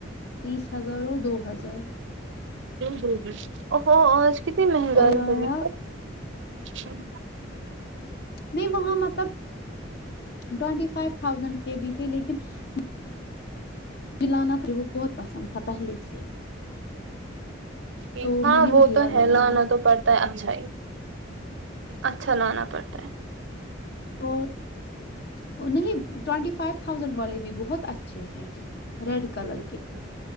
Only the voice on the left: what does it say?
تیس ہزار اور دو ہزار
اور آیا
نہیں وہاں مطلب ٹوینٹی فائیو تھاؤزینڈ کے بھی تھے لیکن لیکن <unintelligible> میلانت ر وہو بہت پسند تھا پہلے سے
تو
میں نے
وہی
والا
لایا
اور نہیں ٹینٹی فائیو تھاؤزینڈ والے بھی بہت اچھے ہیں ریڈ کلر کے